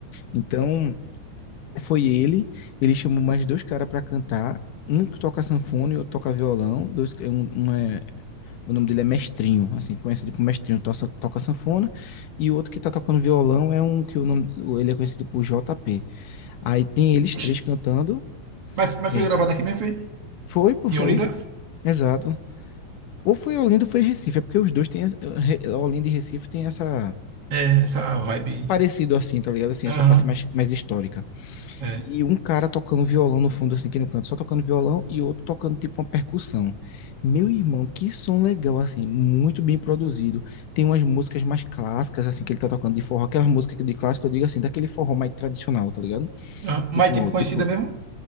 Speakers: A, on the left; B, on the right.
A: Então, foi ele, ele chamou mais dois caras pra cantar. Um que toca sanfona e outro toca violão, dois, um, um é o nome dele é Mestrinho, assim, conhecido por Mestrinho, toca, toca sanfona. E o outro que tá tocando violão é um que o nome, ele é conhecido por JP. Aí tem eles
B: Oxi.
A: três cantando.
B: Mas, mas
A: É.
B: foi gravado aqui mesmo, foi?
A: Foi, pô, foi.
B: Em Olinda?
A: Exato. Ou foi Olinda ou foi Recife, é porque os dois têm. essa- Re- Olinda e Recife tem essa.
B: É, essa vibe.
A: Parecido assim, tá ligado? Assim,
B: Aham.
A: essa parte mais, mais histórica.
B: É.
A: E um cara tocando violão no fundo, assim, aqui no canto, só tocando violão, e outro tocando tipo uma percussão. Meu irmão, que som legal, assim, muito bem produzido. Tem umas músicas mais clássicas, assim, que ele tá tocando de forró, aquelas músicas que de clássico, eu digo assim, daquele forró mais tradicional, tá ligado?
B: Aham.
A: Tipo,
B: Mas tipo conhecida
A: tipo,
B: mesmo?